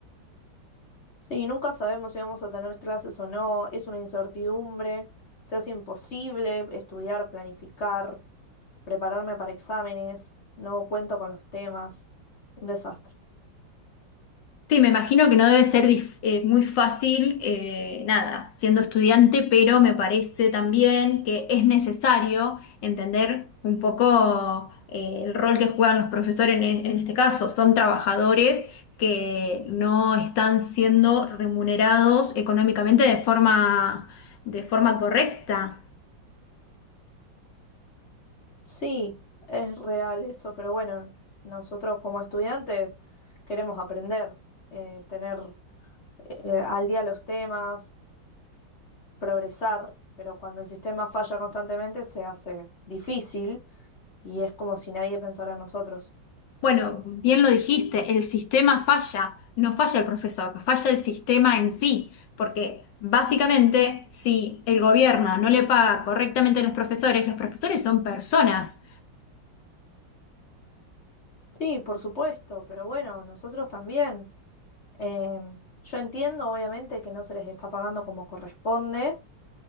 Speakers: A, on the left; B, on the left.
A: Sí, nunca sabemos si vamos a tener clases o no, es una incertidumbre, se hace imposible estudiar, planificar, prepararme para exámenes, no cuento con los temas, un desastre.
B: Sí, me imagino que no debe ser dif- eh, muy fácil, eh, nada, siendo estudiante, pero me parece también que es necesario entender un poco eh, el rol que juegan los profesores en, e- en este caso. Son trabajadores que no están siendo remunerados económicamente de forma, de forma correcta.
A: Sí, es real eso, pero bueno, nosotros como estudiantes queremos aprender, eh, tener eh, eh, al día los temas, progresar, pero cuando el sistema falla constantemente se hace difícil y es como si nadie pensara en nosotros.
B: Bueno, bien lo dijiste, el sistema falla, no falla el profesor, falla el sistema en sí, porque básicamente si el gobierno no le paga correctamente a los profesores, los profesores son personas.
A: Sí, por supuesto, pero bueno, nosotros también. em, yo entiendo obviamente que no se les está pagando como corresponde,